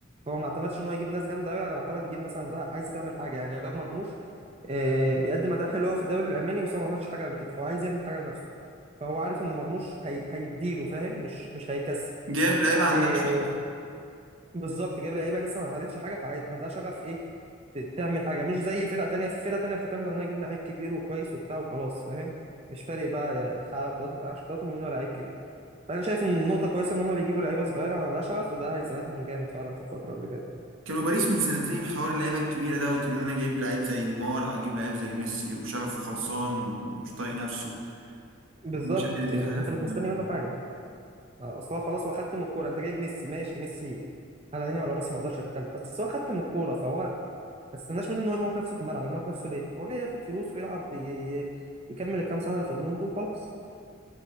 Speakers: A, on the right; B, on the right.
A: هو ما اعتمدش ان هو يجيب ناس جامده قوي على ما اعتمد يجيب ناس عندها عايزه تعمل حاجه يعني هو جاب مرموش آه، بيقدم اداء حلو قوي في الدوري الالماني بس هو ما عملش حاجه قبل كده فهو عايز يعمل حاجه لنفسه فهو عارف ان مرموش هي... هيديله فاهم مش مش هيكسر
B: جايب لعيبة عندها
A: آه،
B: شغف.
A: بالظبط جاب لعيبه لسه ما عملتش حاجه فعندها شغف ايه ت- تعمل حاجه مش زي فرقه تانية في فرقه تانية بتعتمد انها تجيب لعيب كبير وكويس وبتاع وخلاص فاهم مش فارق بقى حقق بطولات ما حققش بطولات المهم ان هو لعيب كبير فانا شايف ان النقطه كويسه ان هم بيجيبوا لعيبه صغيره وعندها شغف وده هيساعدهم جامد فعلا في الفتره اللي جايه
B: كانوا باريس من سنتين حوار اللعيبة الكبيرة دوت إن أنا جايب لعيب زي نيمار أو أجيب لعيب زي ميسي وشغفه خلصان ومش طايق نفسه
A: بالظبط
B: مش قادر يديك
A: يعني
B: حاجة
A: انت
B: في
A: مش
B: الملعب
A: مستني منه حاجه آه، اصل هو خلاص هو خدت من الكوره انت جايب ميسي ماشي ميسي على عيني وعلى راسي ما اقدرش اتكلم بس هو خدت من الكوره فهو ما تستناش منه ان هو يموت نفسه في الملعب يموت نفسه ليه هو جاي ياخد فلوس ويلعب ي- ي- يكمل الكام سنه اللي فاضلين دول وخلاص